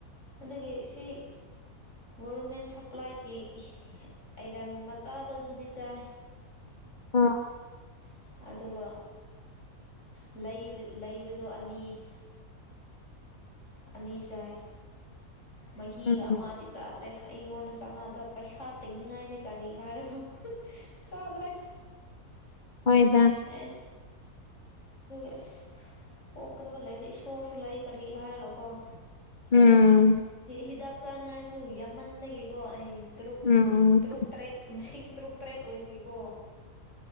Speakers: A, on the left (about 50°); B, on the left (about 35°).
A: ꯑꯗꯨꯒꯤ ꯁꯤ ꯒꯣꯔꯃꯦꯟ ꯁꯄ꯭ꯂꯥꯏꯒꯤ ꯑꯥꯏꯔꯟ ꯃꯆꯥꯗ ꯑꯗꯨꯗꯤ ꯆꯥꯏ
B: ꯑꯣ
A: <inaudible> ꯑꯗꯨꯒ ꯂꯩꯕꯗꯣ ꯑꯅꯤ ꯑꯅꯤ ꯆꯥꯏ ꯃꯍꯤꯒ
B: ꯎꯝ
A: ꯑꯃ ꯑꯩ ꯆꯥꯗ꯭ꯔꯦ ꯑꯩꯉꯣꯟꯗ ꯆꯥꯅꯕꯗ꯭ꯔ ꯄꯩꯁꯥ ꯇꯤꯡꯅꯤꯡꯉꯥꯏꯅꯤ ꯀꯔꯤ ꯍꯥꯏꯔꯒ ꯆꯥꯗ꯭ꯔꯦ <unintelligible>
B: ꯍꯣꯏꯗ
A: ꯑꯦ ꯑꯁ ꯄꯣꯛꯗꯕ ꯁꯣꯔꯁꯨ ꯂꯩ ꯀꯔꯤ ꯍꯥꯏꯔꯒꯀꯣ
B: ꯎꯝ
A: ꯍꯤꯗꯥꯛ ꯆꯥꯅꯤꯡꯉꯥꯏ ꯁꯨ ꯌꯥꯝꯃꯟꯕꯒꯤꯀꯣ ꯑꯩ ꯇꯔꯨꯛ
B: ꯎꯝ
A: ꯇꯔꯨꯛ ꯇꯔꯦꯠ ꯃꯁꯤꯡ ꯇꯔꯨꯛ ꯇꯔꯦꯠ ꯑꯣꯏꯕꯒꯤꯀꯣ